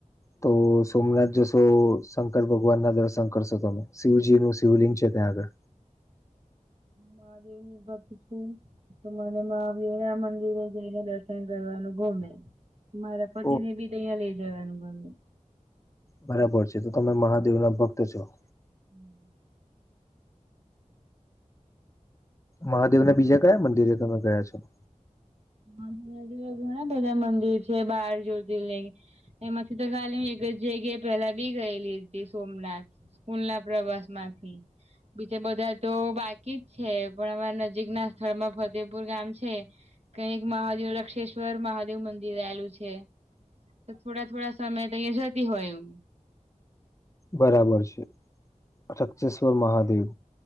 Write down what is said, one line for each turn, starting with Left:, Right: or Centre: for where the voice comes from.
Left: તો સોમનાથ જશો શંકર ભગવાનના દર્શન કરશો તમે, શિવજીનું શિવલિંગ છે, ત્યાં આગળ
Right: મહાદેવની ભકત છું તો મને મહાવીરરામ મંદિરે જઈને દર્શન કરવાનું ગમેં મારા પતિને
Left: ઓ
Right: બી ત્યાં લઈ જવાનું ગમે
Left: બરાબર છે, તો તમે મહાદેવના ભક્ત છો?
Right: હમ.
Left: મહાદેવના બીજા કયા મંદિરે તમે ગયા છો?
Right: <unintelligible> ઘણા બધા મંદિર છે, બાર જ્યોતિ <unintelligible> એમાંથીતો ખાલી એક જગ્યા પેલા બી ગયેલી હતી સોમનાથ, સ્કૂલના પ્રવાસમાંથી બીજ બધા તો બાકી જ છે પણ અમારા નજીક ના સ્થળમાં ફતેહપુર ગામ છે. કઈ એક મહાદેવ રક્ષેશ્વર મહાદેવ મંદિર આવેલું છે. તો થોડા થોડા સમય તો અહીિયાયા જતી હોય એમ
Left: બરાબર છે રક્ષેશ્વર મહાદેવ